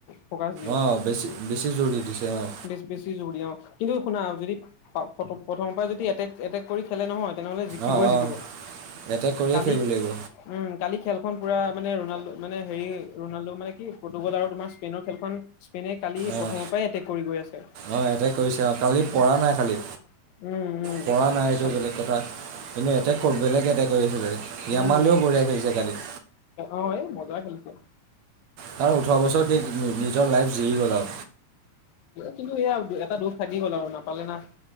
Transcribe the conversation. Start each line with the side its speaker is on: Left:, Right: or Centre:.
Left: ফকাচ দিয়ে
Right: অ' বেছি, বেছি জোৰ দি দিছে অঁ
Left: বেছ বেছি জোৰ দিয়ে অ'। কিন্তু শুনা যদি প্ৰথমৰ পৰা যদি এটেক এটেক খেলে নহয় তেনেহলে জিকিবই
Right: অঁ অঁ
Left: জিকিব।
Right: এটেক কৰিয়ে
Left: কালি
Right: খেলিব লাগিব
Left: উম কালি খেলখন পুৰা মানে ৰণাল্ডো মানে হেৰি ৰনাল্ডো মানে কি পতুগল আৰু তোমাৰ স্পেইনৰ খেলখন স্পেইনে কালি
Right: অঁ
Left: প্ৰথমৰ পৰাই এটেক কৰি গৈ আছে।
Right: অঁ এটেক কৰিছে অঁ কালি
Left: উম
Right: পৰা নাই খালি
Left: -উম
Right: পৰা নাই এইটো
Left: খা
Right: বেলেগ কথা কিন্তু এটেক বেলেগ এটেক কৰি আছিলে য়ামালিও
Left: উম
Right: বঢ়িয়াই কৰিছে কালি।
Left: অ' এই মজা খেলিছে।
Right: কাৰণ ওঠৰ বছৰ সি নি- নিজৰ লাইফ জিৰি গ'ল আৰু
Left: কিন্তু সেয়া এটা দুখ থাকি গ'ল আৰু নাপালে না।